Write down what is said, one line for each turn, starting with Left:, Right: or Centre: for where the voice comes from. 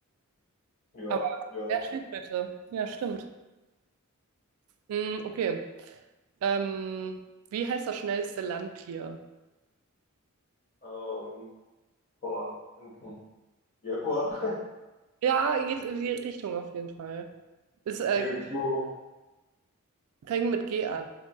Left: ja,
Right: Aber
Left: ja.
Right: ja,
Left: So.
Right: Schildkröte. Ja, stimmt. Hm, okay. Ähm, wie heißt das schnellste Landtier?
Left: Ähm, boah, Enten. Jaguar.
Right: Ja, geht in die Richtung auf jeden Fall. Es äh,
Left: <laughs> Jaguar.
Right: fängt mit G an.